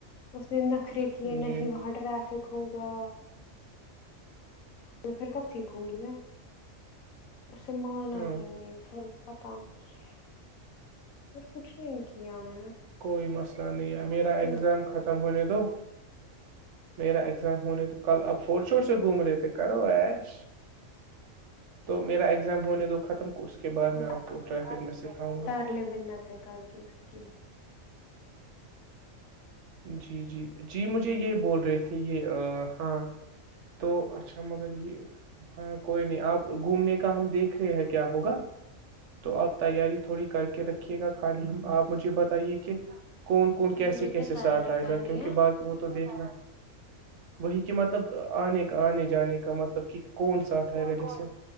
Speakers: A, on the left (about 85°); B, on the right (about 65°).
A: اس نے نخرے کیے نہیں
B: جی
A: وہاں ٹریافک ہوگا میں پھر کب سیکھوں گی میں اسے مانا
B: ہاں
A: ہی نہیں پھر پتا نہیں سر کچھ نہیں کیا میں نے <inaudible>
B: کوئی نہیں میرا ایگزام
A: پھر
B: خ ہونے دو میرا ایگزام ہونے دو کل اپنے فوڑ شھوڑ سے گھوم رہے تھے کرو ایش تو میرا اگزام ہونے دو ختم اس کے بعد
A: ہ
B: میں آپ کو ٹریفک میں سکھاؤں گا
A: تارلے منتیں کر کے اس کی
B: جی جی جی مجھے یہ بول رہے تھے یہ ہاں تو اچھا مگر یہ ہاں کوئی نہیں آپ گھومنے ہم دیکھ رہے ہیں کیا ہوگا تو آپ تیاری تھوڑی کر کے رکھیے گا خالی ہم آپ مجھے بتائیے کہ کون کون کیسے
A: مجھے
B: کیسے
A: کیا تیاری
B: ساتھ آئے
A: کرنی
B: گا کیونکہ
A: ہے
B: باقی وہ تو دیکھ وہی کہ مطلب آنے کا آنے جانے کا مطلب کہ کون ساتھ آئے گا جیسے